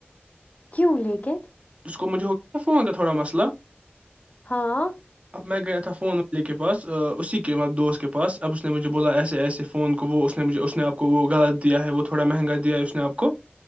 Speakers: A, on the left; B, on the right.
A: کیوں لیکن
B: اس کو مجھے ہو کیایا فون تھوڑا مسئلہ
A: ہاں
B: اب میں گیا تھا فون والے کے بس اسی کے دوست کے پاس اب اس نے مجھے بولا ایسے ایسے فون وہ اس نے اس نے آ کو وہ غلط دیا ہے وہ تھوڑا مہنگا دیا ہے اس نے آپ کو